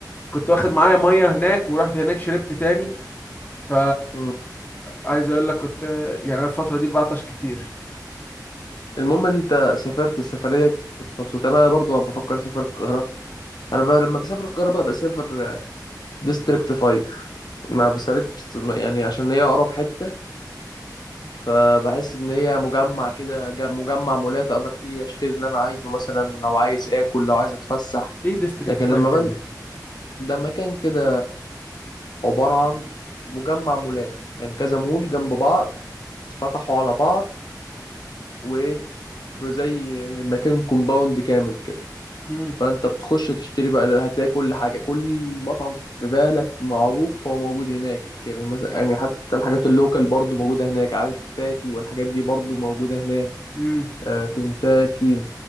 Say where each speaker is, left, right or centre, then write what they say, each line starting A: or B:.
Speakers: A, on the left; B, on the left.
A: كنت واخد معايا ميه هناك ورحت هناك شربت تاني ف
B: مم.
A: عايز اقول لك كنت يعني انا الفتره دي بعطش كتير
B: المهم انت سافرت السفرية كنت كنت مبسوط انا برضو بفكر اسافر القاهرة انا ب... لما بسافر القاهرة بقى بسافر ديستريكت 5 ما بسافرش يعني عشان هي اقرب حتة فبحس ان هي مجمع كده جم- مجمع مولات اقدر فيه اشتري اللي انا عايزه مثلا لو عايز اكل لو عايز اتفسح
A: ايه ديستريكت
B: لكن
A: 5
B: لما بن...
A: ده
B: ده مكان كده عبارة عن مجمع مولات يعني كذا مول جنب بعض اتفتحوا على بعض وإيه في زي مكان كومباوند كامل كده
A: امم
B: فأنت بتخش تشتري بقى هتلاقي كل حاجة كل مطعم في بالك معروف هو موجود هناك يعني مثلا يعني حتى الحاجات اللوكال برضو موجودة هناك عارف فاتي والحاجات دي برضو موجودة هناك
A: امم
B: آه كنتاكي